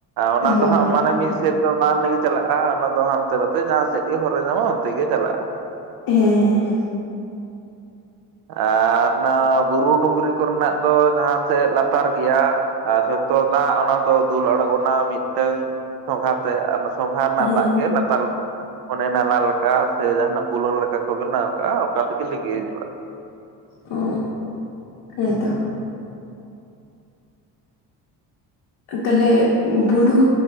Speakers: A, on the right; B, on the left.
A: ᱚᱱᱟ
B: ᱦᱳᱭ
A: ᱫᱚ ᱦᱟᱸᱜ ᱢᱟᱱᱮ ᱢᱤᱫ ᱥᱮᱫ ᱫᱚ ᱵᱟᱝ ᱞᱤᱸᱜᱤ ᱪᱟᱞᱟᱜᱼᱟ ᱚᱱᱟ ᱫᱚ ᱦᱟᱱᱛᱮ ᱱᱟᱛᱮ ᱡᱟᱦᱟᱸ ᱥᱮᱫ ᱜᱮ ᱦᱚᱨᱮ ᱧᱟᱢᱟ ᱚᱱᱛᱮ ᱜᱮ ᱪᱟᱞᱟᱜᱼᱟ᱾
B: ᱦᱮᱸ ᱦᱮᱸ ᱦᱮᱸ᱾
A: ᱟᱨ ᱚᱱᱟ ᱵᱩᱨᱩ ᱰᱩᱝᱨᱤ ᱠᱚᱨᱮᱱᱟᱜ ᱫᱚ ᱡᱟᱦᱟᱸ ᱥᱮᱫ ᱞᱟᱛᱟᱨ ᱜᱮᱭᱟ ᱡᱚᱛᱚ ᱛᱚ ᱫᱟᱜ ᱚᱱᱟ ᱫᱚ ᱫᱩᱞ ᱟᱬᱜᱚᱱᱟ ᱢᱤᱫᱴᱟᱝ ᱥᱚᱸᱜᱷᱟ ᱛᱮ ᱟᱨ ᱥᱚᱸᱜᱷᱟ ᱨᱮᱱᱟᱜ
B: ᱦᱮᱸ
A: ᱫᱟᱜ
B: ᱦᱮᱸ
A: ᱜᱮ ᱞᱟᱛᱟᱨ ᱚᱱᱮ ᱱᱟᱞᱟ ᱞᱮᱠᱟ ᱥᱮ ᱡᱟᱦᱟᱱᱟᱜ ᱵᱩᱞᱟᱱ ᱞᱮᱠᱟ ᱠᱚ ᱵᱮᱱᱟᱣ ᱟᱠᱟᱫᱼᱟ᱾ <inaudible>
B: ᱚ ᱦᱮᱸᱛᱚ᱾ ᱛᱟᱦᱚᱞᱮ ᱵᱩᱨᱩ